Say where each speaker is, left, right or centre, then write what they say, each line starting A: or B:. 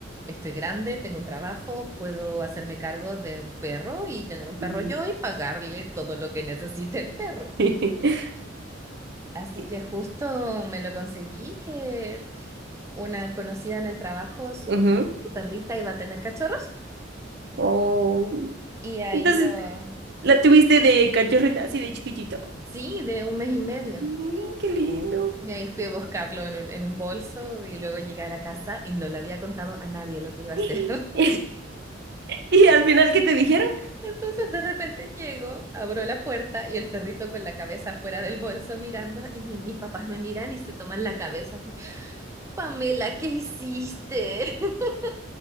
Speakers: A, on the right; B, on the right.
A: estoy grande, tengo un trabajo, puedo hacerme cargo de un perro y tener un perro
B: ujú.
A: yo y pagarle todo lo que <laughs> necesite el perro.
B: <laughs>
A: Así
B: Y-
A: que justo me lo conseguí que una conocida en el trabajo, su,
B: Ujú.
A: su perrita iba a tener cachorros
B: Oh.
A: y ahí
B: Entonces,
A: lo,
B: la tuviste de cachorrita, así de chiquitito.
A: sí, de un mes y medio.
B: Ay, qué lindo.
A: Y ahí fui a buscarlo en un, en un bolso y luego llegué a la casa y no le había contado a nadie lo que iba a
B: <laughs>
A: hacer.
B: Y al final, ¿qué te dijeron?
A: Entonces de repente llego, abro la puerta y el perrito con la cabeza fuera del bolso mirando y mi- mis papás me miran y se toman la cabeza así, Pamela, ¿qué hiciste? <laughs>